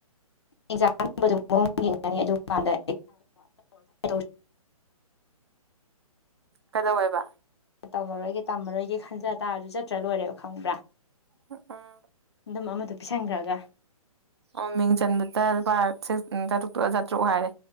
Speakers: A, on the left; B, on the right.
A: ꯑꯦꯛꯖꯥꯝ <unintelligible> ꯌꯦꯉꯅꯤ ꯑꯗꯨ ꯀꯥꯟꯗ <unintelligible>
B: ꯀꯩꯗꯧꯋꯦꯕ
A: ꯇꯧꯃꯔꯣꯏꯒꯦ ꯇꯝꯃꯔꯣꯏꯒꯦ ꯈꯟꯖ ꯇꯥꯔꯁꯨ ꯆꯠꯇ꯭ꯔ ꯂꯣꯏꯔꯦꯕ ꯈꯪꯕ꯭ꯔꯥ
B: ꯎꯝ
A: ꯑꯗꯨꯝ ꯑꯃꯗ ꯄꯤꯁꯟꯈ꯭ꯔꯒ
B: ꯑꯪ ꯃꯤꯡ ꯆꯟꯕꯗ ꯂꯨꯄꯥꯥ ꯁꯤꯛꯁ ꯆꯥꯇ꯭ꯔꯨꯛꯇꯣ ꯆꯥꯇ꯭ꯔꯨꯛ ꯍꯥꯏꯔꯦ